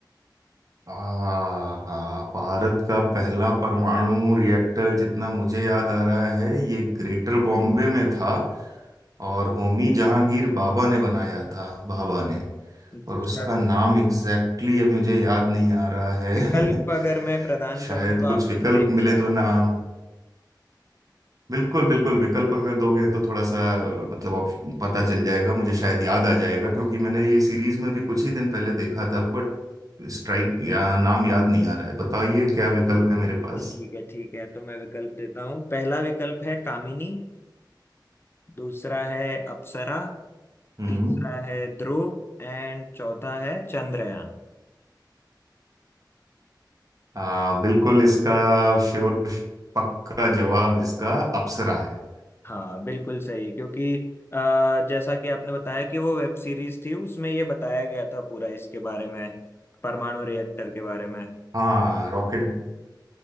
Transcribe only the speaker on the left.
अच्छा
विकल्प
अगर मैं प्रदान
करूँ तो
आपको
थोड़ी आसान
ठीक है ठीक है तो मैं विकल्प देता हूँ पहला विकल्प है कामिनी दूसरा है अप्सरा
तीसरा है ध्रुव एंड चौथा है चंद्रयान
हाँ बिल्कुल सही क्योंकि अ, जैसा कि आपने बताया कि वो वेब सीरीज थी उसमें ये बताया गया था पूरा इसके बारे में परमाणु रिएक्टर के बारे में